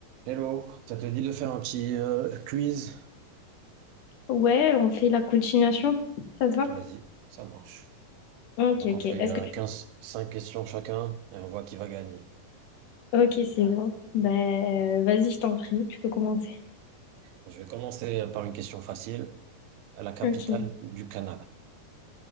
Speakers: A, on the right; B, on the left.
A: Hello, ça te dit de faire un petit euh, quiz?
B: Ouais, on fait la continuation. Ça te va?
A: Vas-y, ça marche.
B: Ok,
A: Donc
B: ok.
A: on fait
B: Est-ce
A: euh,
B: que tu...
A: 15, 5 questions chacun et on voit qui va gagner.
B: Ok, c'est bon. Ben, vas-y, je t'en prie, tu peux commencer.
A: Bon, je vais commencer par une question facile. La capitale
B: Ok.
A: du Canada.